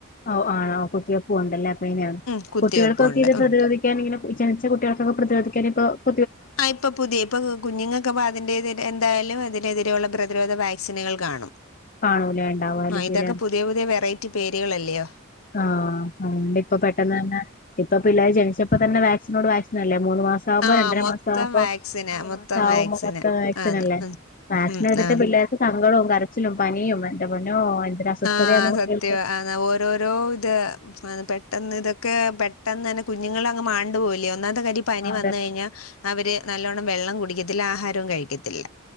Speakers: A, on the left; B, on the left.
A: ഓ ആണോ കുത്തിവെപ്പും ഉണ്ടല്ലേ പിന്നെ
B: ഉം കുത്തിവെപ്പുണ്ട്
A: കുട്ടികൾക്കൊക്കെ ഇത് പ്രതിരോധിക്കാൻ
B: ഉം.
A: ഇങ്ങനെ ജനിച്ച കുട്ടികൾക്കൊക്കെ പ്രതിരോധിക്കാൻ പ്പൊ
B: ആ ഇപ്പൊ പുതിയ ഇപ്പൊ കുഞ്ഞുങ്ങൾക്ക് അതിന്റെ എന്തായാലും അതിനെതിരെയുള്ള പ്രതിരോധ വാക്സിനുകൾ കാണും
A: കാണൂലേ ഉണ്ടാവായിരിക്കൂലേ
B: ആ ഇതൊക്കെ പുതിയ പുതിയ വെറൈറ്റി പേരുകളല്ലേ യ്യോ
A: ആഹ് ഉം ഇപ്പൊ പെട്ടന്ന് തന്നെ ഇപ്പൊ പിള്ളേര് ജനിച്ചപ്പോ തന്നെ വാക്സിനോട് വാക്സി നല്ലേ മൂന്ന് മാസം ആകുമ്പോ
B: ആ
A: രണ്ടര
B: മൊത്തം
A: മാസം ആവുമ്പോ
B: വാക്സിനാ
A: ആറു
B: മൊത്തം
A: മാസം ആവുമ്പോ
B: വാക്സിനാ
A: മൊത്തം വാക്സിനല്ലേ
B: ആന്ന് ഉം
A: വാക്സിൻ
B: ഉം
A: എടുത്ത്
B: ആന്ന്
A: പിള്ളേർക്ക് സങ്കടാവും കരച്ചിലും പനിയും എന്റെ പൊന്നോ എന്തൊരു അസ്വസ്ഥതയാന്ന്
B: ആഹ്
A: കുട്ടികൾക്ക്
B: സത്യവാ അതാ ഓരോരോ ഓഹ് ഇത് എ പെട്ടെന്ന് ഇതൊക്കെ പെ ട്ടെന്ന് തന്നെ കുഞ്ഞുങ്ങളങ് മാണ്ട് പോവല്ലോ ഒന്നാമത്തെ കാര്യം ഈ പനി
A: ആഹ്
B: വന്ന്
A: അതെ
B: കഴിഞ്ഞാ അവര് നല്ലോണം വെള്ളം കുടിക്കത്തില്ല ആഹാരവും കഴിക്കത്തില്ല.